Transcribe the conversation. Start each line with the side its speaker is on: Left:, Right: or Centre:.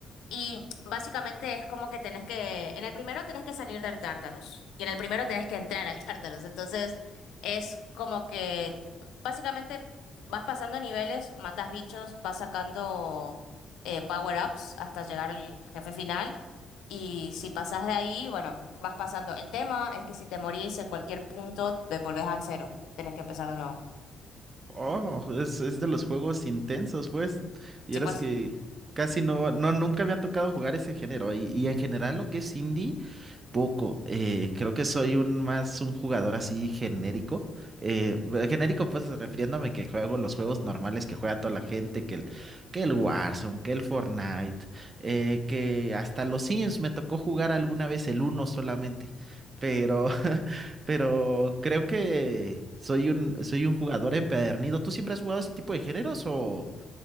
Left: Y básicamente es como que tenés que, en el primero tenés que salir del Tartarus y en el primero tenés que entrar al Tartarus. Entonces es como que básicamente vas pasando niveles, matas bichos, vas sacando eh, power-ups hasta llegar al jefe final. Y si pasás de ahí, bueno, vas pasando. El tema es que si te morís en cualquier punto, te volvés al cero. Tenés que empezar de nuevo.
Right: Oh, es, es de los juegos intensos, pues. Vieras
Left: Sí, pues.
Right: que casi no, no, nunca me ha tocado jugar ese género. Y, y en general lo que es indie. Poco, eh, creo que soy un más un jugador así genérico. eh, eh, genérico, pues refiriéndome que juego los juegos normales que juega toda la gente, que el, que el Warzone, que el Fortnite, eh, que hasta los Sims me tocó jugar alguna vez el uno solamente. Pero, <laughs> pero creo que soy un, soy un jugador empedernido. ¿Tú siempre has jugado ese tipo de géneros o,